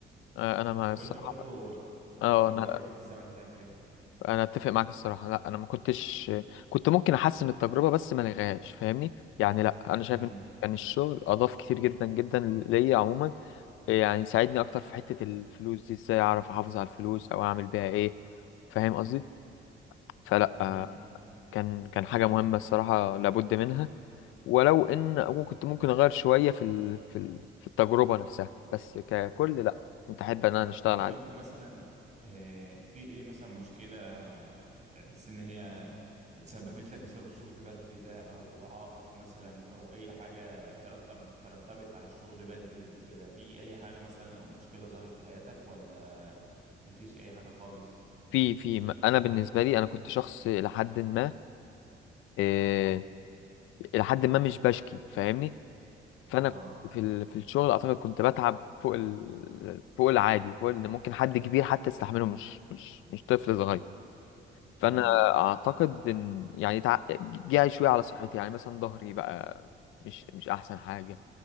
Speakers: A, on the left (about 90°); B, on the right (about 35°).
A: آه، انا ما الصراحة
B: وانت برضو
A: اه
B: لو
A: انا
B: رجع بيك الزمن هتعمل ايه
A: انا اتفق معاك الصراحة لا انا ما كنتش كنت ممكن احسن التجربة بس ما الغاش فاهمني يعني لا انا شايف
B: امم
A: ان كان الشغل اضاف كتير جدا جدا ليا عموما آه، يعني ساعدني اكتر في حتة الفلوس دي ازاي اعرف احافظ على الفلوس او اعمل بيها ايه فاهم قصدي فلا آه،
B: امم
A: كان كان حاجة مهمة الصراحة لابد منها ولو ان اكون كنت ممكن اغير شويه في ال... في ال... في التجربه نفسها بس ككل لا كنت احب ان انا اشتغل
B: طب
A: عادي
B: انت مثلا آه، في ايه مثلا مشكلة تحس ان هي اتسببت لك بسبب الشغل بدري ده او عائق مثلا او اي حاجة ترتب ترتبت على الشغل بدري وكده في اي حاجة مثلا او مشكلة ظهرت في حياتك ولا مفيش اي حاجة خالص
A: في في م- انا بالنسبه لي انا كنت شخص الى حد ما إيه... الى حد ما مش بشكي فاهمني فانا
B: اه
A: كنت في ال... في الشغل اعتقد كنت بتعب فوق ال... فوق العادي فوق ان ممكن حد كبير حتى يستحمله مش مش مش طفل صغير فانا
B: امم
A: اعتقد ان يعني تع... جه شويه على صحتي يعني مثلا ظهري بقى مش مش احسن حاجه